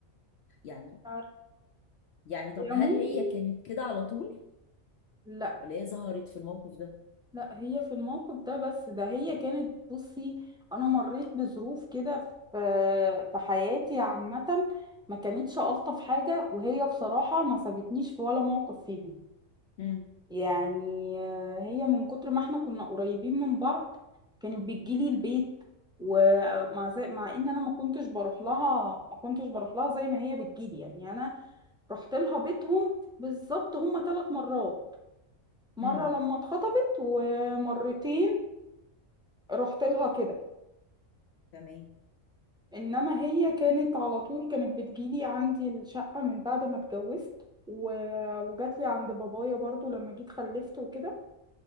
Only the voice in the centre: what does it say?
عارف-
يا
ممكن
لا
لا هي في الموقف ده بس ده هي كانت بصي أنا مريت بظروف كده في في حياتي عامة ما كانتش ألطف حاجة وهي بصراحة ما سابتنيش في ولا موقف فيهم
يعني آه، هي من كتر ما احنا كنا قريبين من بعض كانت بتجيلي البيت ومع زي مع ان انا ما كنتش بروح لها ما كنتش بروح لها زي ما هي بتجيلي يعني يعني انا رحت لها بيتهم بالظبط هما ثلاث مرات مرة
لما اتخطبت ومرتين رحت لها كده
انما هي كانت على طول كانت بتجيلي عندي الشقة من بعد ما اتجوزت و... وجات لي عند بابايا برضو لما جيت خلفت وكده